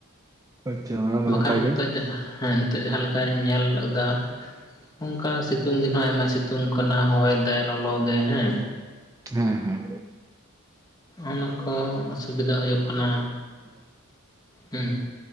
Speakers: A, on the right; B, on the left.
A: ᱟᱪᱪᱷᱟ᱾ ᱢᱟ
B: ᱵᱟᱠᱷᱟᱱ
A: ᱱᱟᱯᱟᱭ
B: ᱱᱤᱛᱚᱜ
A: ᱜᱮ
B: ᱡᱟᱦᱟᱸ ᱦᱮᱸ ᱱᱤᱛᱚᱜ ᱡᱟᱦᱟᱸ ᱞᱮᱠᱟᱧ ᱧᱮᱞ ᱮᱫᱟ ᱚᱱᱠᱟ ᱥᱤᱛᱩᱝ ᱫᱤᱱ ᱦᱚᱸ ᱟᱭᱢᱟ ᱥᱤᱛᱩᱝ ᱠᱟᱱᱟ ᱦᱚᱭ ᱫᱟᱭ ᱞᱚᱞᱚᱜᱮ ᱦᱮᱸ
A: ᱦᱮᱸ ᱦᱮᱸ
B: ᱚᱱᱟ ᱠᱚ ᱚᱥᱩᱵᱤᱫᱟ ᱦᱩᱭᱩᱜ ᱠᱟᱱᱟ᱾
A: <inaudible>
B: ᱦᱩᱸ